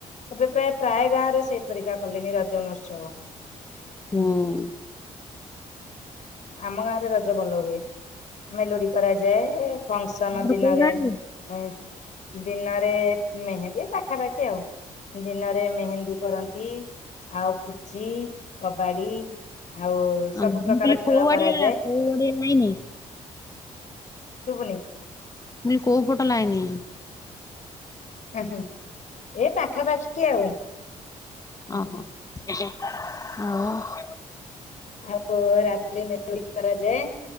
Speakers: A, on the left (about 55°); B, on the left (about 25°).
A: ଏବେ ପ୍ରାୟ ପ୍ରାୟ ଗାଁ ରେ ସେଇ ପରିକା କଲେଣି ରଜ ମହୋତ୍ସବ।
B: ହୁଁ।
A: ଆମ ଗାଁରେ ରଜ ଭଲ ହୁଏ ମେଲୋଡି କରାଯାଏ। ଫଁକ୍ସନ
B: ତମର
A: ଦିନରେ
B: କୋଉ ଗାଁ କି?
A: ଏଁ ଦିନରେ ମେହେନ୍ଦୀ ପାଖାପାଖି ଆଉ ଦିନରେ ମେହେନ୍ଦୀ କରନ୍ତି ଆଉ ପୁଚି କବାଡ଼ି। ଆଉ
B: ମୁଁ
A: ସବୁ
B: କହିଲି
A: ପ୍ରକାର ଖେଳ
B: କୋଉ
A: କରାଯାଏ।
B: ଆଡିଆ କୋଉ ଆଡିଆ ଲାଇନି?
A: ଶୁବୁନି।
B: ମୁଁ କହିଲି ଫଟ ଲାଇନି।
A: ଆଜ୍ଞା ଏ ପାଖାପାଖି କି ଆଉ। ହଁ
B: ଅହୋ ଏଜ୍ଞା ଆଉ
A: ଆଉ ରାତିରେ ମେଲୋଡି କରାଯାଏ।